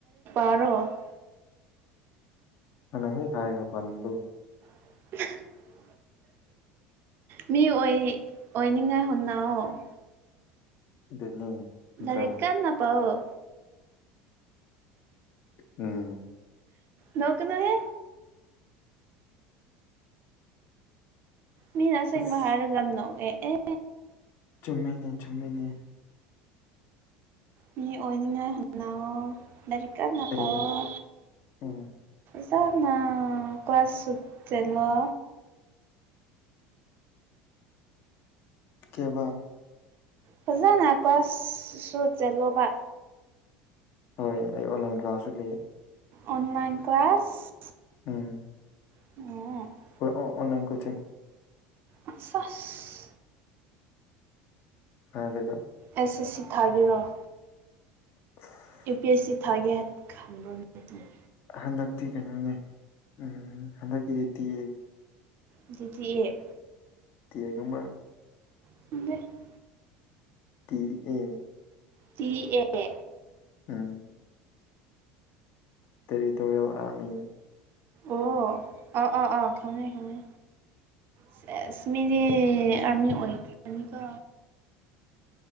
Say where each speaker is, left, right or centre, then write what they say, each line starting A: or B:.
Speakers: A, on the right; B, on the left.
A: ꯑ ꯔꯣ <unintelligible> <inaudible>
B: ꯑꯅ ꯍꯦ ꯈꯑꯒ ꯄꯅꯤꯒ
A: <unintelligible> <inaudible> ꯃꯤ ꯑꯣꯏ ꯑꯣꯏꯅꯤꯡꯉꯥꯏ ꯍꯨꯟꯅꯑꯣ <inaudible>
B: ꯑꯗꯨꯅꯤ ꯅꯠꯇ꯭ꯔꯥ
A: ꯔꯀꯥꯟꯟꯅ ꯄꯥꯎꯑꯣ
B: ꯎꯝ <unintelligible> <inaudible>
A: ꯅꯣꯀꯅꯣꯍꯦ ꯃꯤꯅ ꯑꯁꯦꯡꯕ
B: ꯑꯁ
A: ꯍꯥꯏꯔꯒꯥꯟꯅꯣꯒꯦ ꯑꯦ
B: ꯆꯨꯝꯃꯤꯅꯦ ꯆꯨꯝꯃꯤꯅꯦ꯫
A: ꯃꯤ ꯑꯣꯏꯅꯤꯡꯉꯥꯏꯅꯥꯑꯣ ꯂꯥꯏꯔꯤꯛ ꯀꯅ
B: ꯑꯩ
A: ꯄꯥꯑꯣ
B: ꯎꯝ
A: ꯐꯖꯅꯥ ꯀ꯭ꯂꯥꯁ ꯁꯨꯆꯇꯂꯣ
B: ꯀꯩꯑꯕꯥ
A: ꯐꯖꯥꯅ ꯀꯥ꯭ꯂꯁꯨ ꯆꯠꯂꯣꯕꯥ
B: ꯍꯣꯏ ꯑꯩ ꯑꯣꯟꯂꯥꯏꯟ ꯀ꯭ꯂꯥꯁꯁꯨ ꯂꯩꯌꯦ꯫
A: ꯑꯣꯟꯂꯥꯏꯟ ꯀ꯭ꯂꯥꯁ
B: ꯎꯝ
A: <unintelligible>
B: ꯑꯣꯟꯂꯥꯏꯟ ꯀꯣꯆꯤꯡ
A: <inaudible>
B: <unintelligible>
A: ꯑꯦꯁ S C ꯊꯥꯕꯤꯔꯣꯑꯣ꯫
B: <inaudible>
A: U P S C ꯊꯥꯒꯦ ꯈꯟꯕꯔꯣ ꯅꯪ
B: ꯍꯟꯗꯛꯇꯤ ꯀꯩꯅꯣꯅꯦ ꯎꯝ ꯍꯟꯗꯛꯀꯤꯗꯤ ꯇꯤꯌꯦ꯫
A: ꯑꯗꯨꯗꯤ
B: ꯇꯤꯌꯦ ꯀꯝꯕ꯭ꯔ
A: <unintelligible>
B: ꯇ ꯑ
A: T A
B: um territorial army.
A: ꯑꯣ ꯑꯥ ꯑꯥ ꯑꯥ ꯈꯉꯦ ꯈꯉꯦ꯫ ꯁꯤꯑꯁ ꯃꯤꯗꯤ ꯑꯔꯃꯤ ꯑꯣꯏꯅꯤꯀꯣ